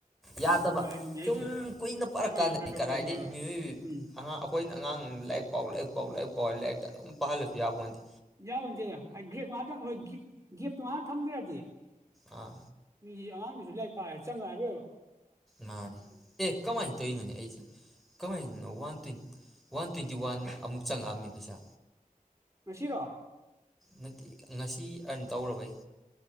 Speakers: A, in the centre; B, on the right.
A: ꯌꯥꯗꯕ
B: ꯎꯝ ꯍꯣꯏ ꯑꯗꯨꯅꯤ
A: ꯁꯨꯝ
B: ꯑꯩꯁꯦ
A: ꯀꯨꯏꯅ ꯄꯥꯔꯛꯀꯥꯟꯗꯗꯤ
B: ꯑꯗꯨꯃꯥꯏꯅꯁꯨ ꯈꯔ ꯇꯧꯗ꯭ꯔꯗꯤ
A: ꯀꯗꯥꯏꯗꯒꯤ
B: ꯌꯥꯔꯣꯏ
A: ꯏꯏ
B: ꯎꯝ
A: ꯑꯩꯈꯣꯏꯅ ꯑꯉꯥꯡ ꯂꯥꯏꯔꯤꯛ ꯄꯥꯎ ꯂꯥꯏꯔꯤꯛ ꯄꯥꯎ ꯂꯥꯏꯔꯤꯛ ꯄꯥꯎ ꯂꯥꯏꯔꯤꯛ ꯀ ꯄꯥꯜꯂꯁꯨ ꯌꯥꯄꯣꯟꯇꯦ
B: ꯌꯥꯎꯅꯤꯁꯦ ꯒꯦꯞ ꯉꯥꯛꯇꯪ ꯍꯣꯏ ꯒꯦꯞꯇꯣ ꯉꯍꯥꯛ ꯊꯝꯗ꯭ꯔꯦ ꯑꯦ
A: ꯑꯥ
B: ꯃꯤꯒꯤ ꯑꯉꯥꯡꯗꯨꯁꯨ ꯂꯥꯏꯔꯤꯛ ꯄꯥꯏꯔꯗꯤ ꯆꯪꯉꯥꯛꯑꯔꯣꯏꯕ
A: ꯃꯥꯅꯦ ꯑꯦ ꯀꯃꯥꯏ ꯇꯧꯏꯅꯣ
B: ꯎꯝ
A: ꯑꯩꯁꯦ ꯀꯃꯥꯏ one two one twenty one ꯑꯃꯨꯛ ꯆꯪꯉꯛꯑꯝꯃꯤ ꯄꯩꯁꯥ
B: ꯉꯁꯤꯔꯣ
A: ꯅꯠꯇꯦ ꯉꯁꯤ ꯑꯟ ꯇꯧꯔꯕꯩ